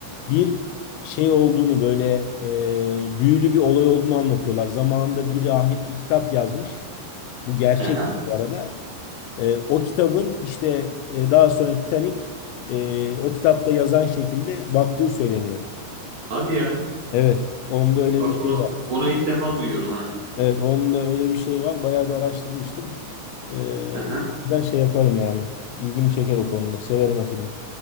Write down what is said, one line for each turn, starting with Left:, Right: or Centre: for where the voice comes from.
Left: bir şey olduğunu böyle e, büyülü bir olay olduğunu anlatıyorlar. Zamanında bir rahip bir kitap yazmış. Bu gerçek
Right: hı hı.
Left: bu arada. E, o kitabın işte e, daha sonra Titanic e, o kitapta yazan şekilde baktığı söyleniyor.
Right: Hadi ya.
Left: Evet. Onda öyle
Right: Bak
Left: bir şey
Right: bunu
Left: var.
Right: bunu ilk defa duyuyorum ha.
Left: Evet, onun öyle bir şey var. Bayağı bir araştırmıştım. Ee,
Right: Hı hı,
Left: o şey yaparım yani. İlgimi çeker o konuda. Severim o filmi.